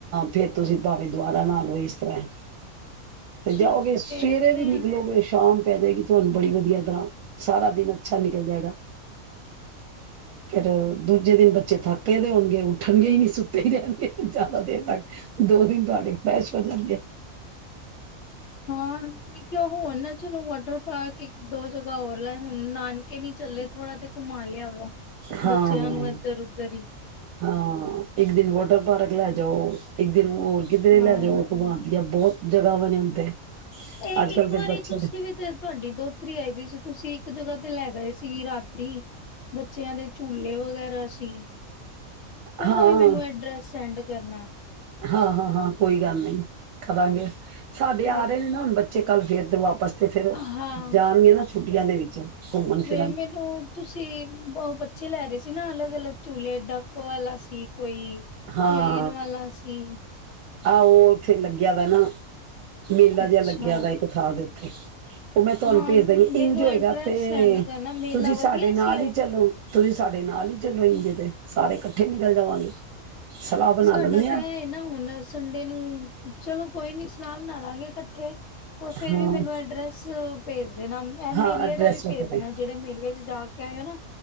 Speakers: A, on the right; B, on the left.
A: ਫਿਰ ਤੁਸੀਂ ਭਾਵੇਂ ਦੁਵਾਰਾ ਨਾਲੋਂ ਇਸ ਤਰ੍ਹਾਂ ਏ ਤੇ
B: ਚਲੋ
A: ਜਾਓਗੇ ਸਵੇਰੇ
B: ਦੇਖਦੇ
A: ਵੀ ਨਿਕਲੋਗੇ
B: ਹਾਂ
A: ਸ਼ਾਮ ਪੈ ਜਾਏਗੀ ਤੁਹਾਨੂੰ ਬੜੀ ਵਧੀਆ ਤਰ੍ਹਾਂ ਸਾਰਾ ਦਿਨ ਅੱਛਾ ਨਿਕਲ ਜਾਏਗਾ ਫੇਰ ਦੂਜੇ ਦਿਨ ਬੱਚੇ ਥਕੇ ਦੇ ਹੋਨਗੇ ਉੱਠਣਗੇ ਹੀ ਨਹੀਂ ਸੁੱਤੇ ਹੀ ਰੇਨ ਜ਼ਿਆਦਾ ਦੇਰ ਤਕ ਦੋ ਦਿਨ ਤੁਹਾਡੀ ਫੈਸ਼ ਹੋ ਜਾਨਗੇ
B: ਹਾਂ ਕਿ ਹੋ ਨਾ ਚ ਪਾਰਕ ਇੱਕ ਦੋ ਜਗ੍ਹਾ ਹੋਰਲਾ ਹੁਣ ਨਾਨਕੇ ਨੀ ਚੱਲੇ ਥੋੜਾ ਤੇ ਘੁੰਮਾ ਲਿਆ
A: ਹਾਂ
B: ਬੱਚਿਆਂ
A: ਹਾਂ
B: ਨੂੰ ਇੱਧਰ ਉਧਰ ਹੀ
A: ਹਾਂ ਇੱਕ ਦਿਨ ਵਾਟਰ ਪਾਰਕ ਲੈ ਜਾਓ। ਇੱਕ ਦਿਨ ਹੋਰ ਕਿੱਧਰੇ
B: ਹਾਂ
A: ਲੈ ਜਾਓ ਘੁੰਮਣ ਦੀਆਂ ਬਹੁਤ ਜਗ੍ਹਾਵਾ ਨੇ ਹੁਣ ਤੇ
B: ਇਹ
A: ਅੱਜ
B: ਇੱਕ
A: ਕੱਲ ਦੇ
B: ਵਾਰੀ
A: ਬੱਚੇ
B: ਤੁਸੀਂ
A: ਨੇ
B: ਵੀ ਤੇ ਤੁਹਾਡੀ ਦੋਤਰੀ ਆਈ ਪਈ ਸੀ ਤੁਸੀਂ ਇੱਕ ਜਗ੍ਹਾ ਤੇ ਲੈ ਗਏ ਸੀ ਰਾਤੀ ਬੱਚਿਆਂ ਦੇ ਝੂਲੇ ਵਗੈਰਾ ਸੀ ਉਹਦਾ
A: ਹਾਂ
B: ਵੀ ਮੈਨੂੰ ਐਡਰੈਸ ਸੈਂਡ ਕਰਨਾ
A: ਹਾਂ ਹਾਂ ਹਾਂ ਕੋਈ ਗੱਲ ਨਹੀਂ ਕਰਾਂਗੇ ਸਾਡੇ
B: ਤੇ
A: ਆ ਰਹੇ ਨੇ ਨਾ ਹੁਣ ਬੱਚੇ ਜੇ ਕੱਲ ਫੇਰ ਤੋਂ ਆਪ ਪਸ ਤੇ ਫੇਰ
B: ਹਾਂ
A: ਜਾਣਗੇ ਨਾ ਛੁੱ ਟੀਆਂ ਦੇ ਵਿੱਚ ਘੁੰਮਣ ਫਿਰਨ
B: ਤੇ ਮੈਨੂੰ ਤੁਸੀਂ ਬ ਬੱਚੇ ਲੈ ਰਹੇ ਸੀ ਨਾ ਅਲੱਗ ਅਲੱਗ ਝੂਲੇ ਡੱ ਕ ਵਾਲਾ ਸੀ ਕੋਈ,
A: ਹਾਂ
B: ਪਲੇਨ ਵਾਲਾ ਸੀ।
A: ਆਹੋ ਉੱਥੇ ਲੱਗਿਆ ਵਾ ਨਾ ਮੇਲਾ
B: ਅੱਛਾ
A: ਜਿਹਾ ਲੱਗਿਆ ਵਾ ਇੱਕ ਥਾਂ ਦੇ <unintelligible> ਉਹ ਮੈਂ ਤੁਹਾਨੂੰ
B: ਹਾਂ
A: ਭੇਜ ਦੇਵਾਂਗੀ
B: ਮੈਨੂੰ
A: ਇੰਝ ਹੋਏਗਾ
B: ਐਡਰੈਸ
A: ਤੇ
B: ਸੈਂਡ ਕਰਨਾ ਮੇਲਾ
A: ਤੁਸੀਂ
B: ਵਧੀਆ
A: ਸਾਡੇ ਨਾਲ
B: ਸੀ ਉਹ
A: ਹੀ ਚਲੋ ਤੁਸੀਂ ਸਾਡੇ ਨਾਲ ਹੀ ਚਲੋਗੇ ਤੇ ਸਾਰੇ ਇਕੱਠੇ ਨਿਕਲ ਜਾਵਾਂਗੇ ਸਲਾਹ ਬਣਾ
B: ਸਾਡਾ
A: ਲੈਂਦੇ ਹਾਂ
B: ਤੇ ਇਹ ਨਾ ਹੁਣ ਸੰਡੇ ਨੂੰ ਚਲੋ ਕੋਈ ਨੀ ਸਲਾਹ ਬਣਾ ਲਾਂਗੇ ਇਕੱਠੇ ਉਹ ਫੇਰ
A: ਹਾਂ
B: ਵੀ ਮੈਨੂੰ ਐਡਰੈਸ ਭੇਜ ਦੇਵੋ ਇਹ
A: ਹਾਂ
B: ਮੇਲੇ
A: ਐਡਰੈਸ
B: ਦਾ ਵੀ
A: ਵਗੈਰਾ
B: ਭੇਜ ਦੇਣਾ ਜਿਹੜੇ ਮੇਲੇ ਚ ਜਾ ਕੇ ਆਏਓ ਨਾ